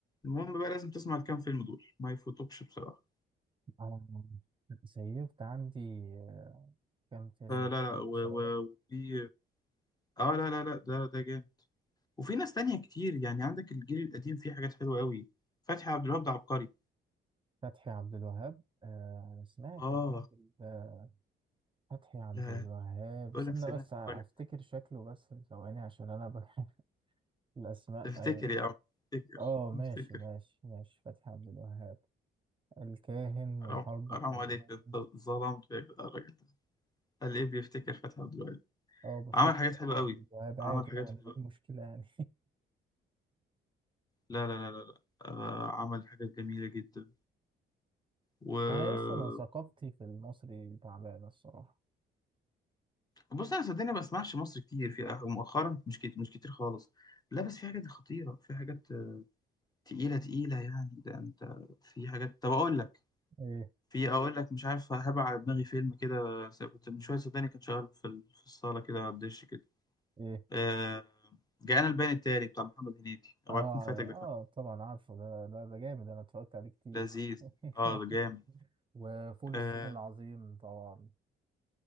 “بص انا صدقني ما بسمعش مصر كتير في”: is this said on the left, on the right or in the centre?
Left